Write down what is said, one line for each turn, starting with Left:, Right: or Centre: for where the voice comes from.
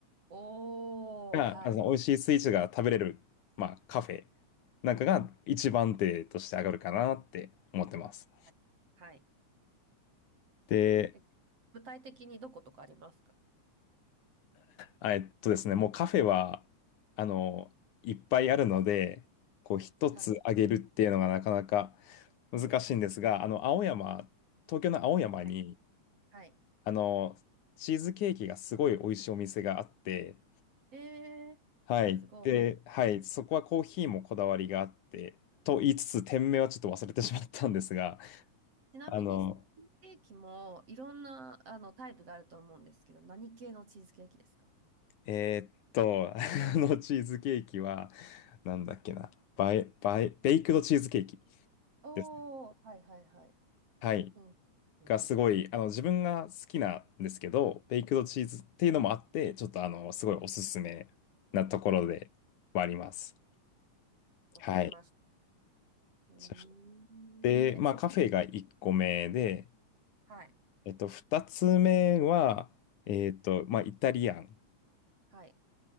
Right: おー、
Left: が、
Right: はい。
Left: あの、美味しいスイーツが食べれる、まあ、カフェなんかが一番手として上がるかなって思ってます。
Right: はい。はい
Left: で、
Right: え具体的にどことかありますか
Left: あえっとですね、もうカフェは、あの、いっぱいあるので、こう一つあげるっていうのがなかなか
Right: はい。
Left: 難しいんですが、あの、青山、東京の青山に、
Right: はい。はい
Left: あの、チーズケーキがすごい美味しいお店があって、
Right: えー、
Left: はい。
Right: すごい。
Left: で、はい、そこはコーヒーもこだわりがあって、と言いつつ、店名はちょっと忘れてしまったんですが、
Right: ちなみに、
Left: あの、
Right: チーズケーキもいろんなあのタイプがあると思うんですけど、何系のチーズケーキですか
Left: えーっと、<laughs> あのチーズケーキは、なんだっけな、バイ、バイ、ベイクドチーズケーキ
Right: おー、
Left: ですね。
Right: はいはいはい。
Left: はい。
Right: うん。うん。
Left: がすごい、あの、自分が好きなんですけど、ベイクドチーズっていうのもあって、ちょっとあの、すごいおすすめなところではあります。
Right: わかりました。
Left: はい。
Right: うーん。
Left: そして、
Right: え、
Left: まあ、
Right: ちな
Left: カフェが1個目で、
Right: みに、はい。
Left: えっと、2つ目は、えっと、まあ、イタリアン
Right: はい。